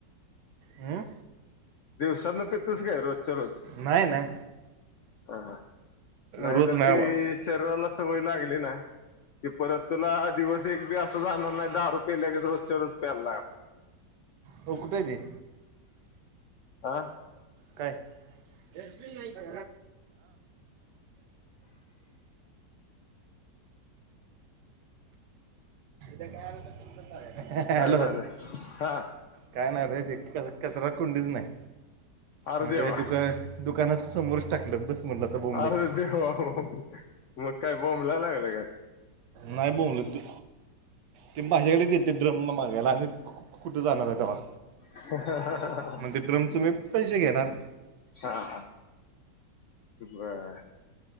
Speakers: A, on the right; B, on the left.
A: हं
B: दिवसात न पितोस काय काय रोजच्या रोज
A: नाही ना
B: ह ह नाहीतर
A: रोज नाही
B: ती
A: बा
B: शरीराला सवय लागली ना ते परत तुला दिवस एक बी असं जाणार नाही दारू पेल्या गे रोजच्या रोज प्यायला लागणार
A: टोकतय ते
B: हा
A: काय हा <unintelligible> ते का काय <unintelligible> <unintelligible> हॅलो
B: काय झालं हा
A: काय ना रे जे कचरा कुंडीच नाही
B: अरे
A: म्ह
B: देवा
A: दुका दुकानाचं समोरच टाकलं बस म्हणलं आता बोंबलत
B: अर्ज देव मग काय बॉम्बला लागलं काय
A: नाहीय बोमलेते ते माझ्याकडेच येते ड्रम मागायला आणि कुठं जाणार आहे तेव्हा
B: ह ह ह
A: म्हण ते ड्रमच मी पैसे घेणार
B: हां हां बर आहे